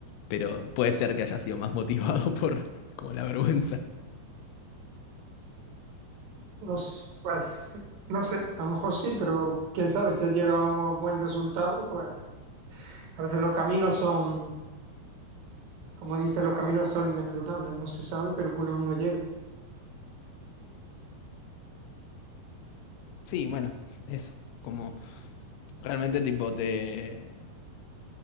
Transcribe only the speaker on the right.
no, s- pues, no sé, a lo mejor sí, pero quién sabe si has llegado a buen resultado, pues a veces los caminos son, como dicen, los caminos son inescrutables, no se sabe, pero bueno, uno llega.